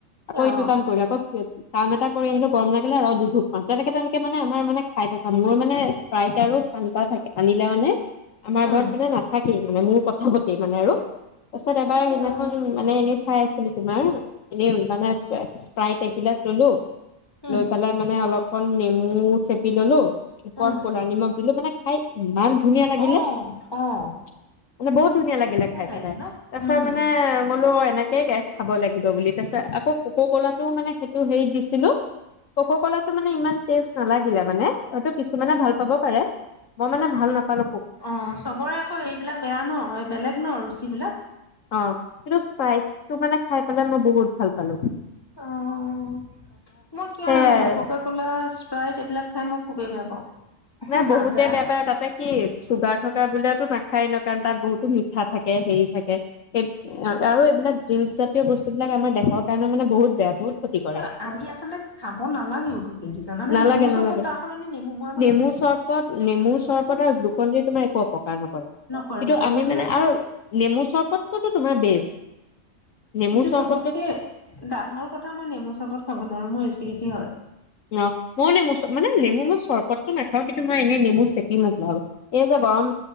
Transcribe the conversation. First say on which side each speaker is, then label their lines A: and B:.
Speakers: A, on the left; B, on the left.
A: আকৌ
B: অ'।
A: ইটো কাম কৰিলা। আকৌ কাম এটা কৰি আহিলে গৰম লাগিলে ৰওঁ দুই ঘণ্টা মান। তেনেকে তেনেকে মানে আমাৰ মানে খাই থাকা হয়। মই মানে স্প্ৰাইট আৰু ফন্টা থা আনিলে মানে আমাৰ
B: উম,
A: ঘৰত কোনো নাখাই কৰিবলে মোৰ কথাগোটে মানে আৰু পাছত এবাৰ সিদিনাখন
B: উম,
A: মানে এনে খাই আছিলোঁ তোমাৰ। এনে মানে স্পা-স্প্ৰাইট এগিলাচ ল'লো
B: উম,
A: লৈ পেলাই মানে অলপ কণ নেমু চেপি ল'লো, উপৰত
B: উম,
A: কলা নিমখ দিলো। মানে খাই ইমান ধুনীয়া লাগিলে।
B: অ',
A: মানে
B: অ'।
A: বহুত ধুনীয়া লাগিলে খাই
B: লাগিব
A: পেলায়।
B: ন
A: তাৰপিছে
B: উম
A: মানে ম‌ই বোলো নেকেই কেক খাব লাগিব বুলি। তাৰ পিছে আকৌ কোকো-কোলাটো মানে সেইটো হেৰিত দিছিলো। কোকো-কোলাটো মানে ইমান টেষ্ট নালাগিলে মানে। হয়তো কিছুমানে ভাল পাব পাৰে। মই মানে ভাল নাপালোঁ।
B: অ', সবৰে আকৌ হেৰি বিলাক বেয়া ন, বেলেগ ন ৰুচি বিলাক।
A: অহ'। কিন্তু স্প্ৰাইটটো মানে খাই পেলাই মই বহুত ভাল পালোঁ।
B: অহহ'। মই কিয়
A: সেয়াই
B: নাজানো, কোকা-কোলা, স্প্ৰাইট এইবিলাক খাই মই খুবেই বেয়া পাওঁ।
A: পুৰা
B: মাজা
A: বহুতে বেয়া পায় আৰু তাতে চুগাৰ থকা বিলাকতো নাখায় ন কাৰণ তাত বহুতো মিঠা থাকে কে হেৰি থাকে। এই, আৰু এইবিলাক ড্ৰিংকছ জাতীয় বস্তুবিলাক আমাৰ দেহৰ কাৰণে মানে বহুত বেয়া। বহুত ক্ষতি কৰে
B: অ', আমি আচলতে খাব নালাগে এইটো কিন্তু জানানে?
A: নালাগে
B: নেমু
A: নালাগে
B: চৰবত তাৰ সলনি নেমু ম‌ই
A: নেমু চৰ্বত, নেমু চৰ্বতত গ্লুকন-ডিৰ তোমাৰ <inaudible> কাৰ নপৰে?
B: নকৰে
A: কিন্তু
B: নকৰে
A: আমি
B: মই
A: মানে আৰু নেমু চৰ্বতটোতো তোমাৰ বেষ্ট। নেমু
B: কিন্তু
A: চৰবতটো
B: সবতকে ডাঙৰ কথা, মই নেমু চৰ্বত খাৱ নোৱাৰোঁ মোৰ এচিডিটি হয়।
A: অ মইনেমু চপ মানে নেমু মই চৰবতটো নাখাওঁ কিন্তু মই এনে নেমু চেপি মোক ভাল এইযে গৰম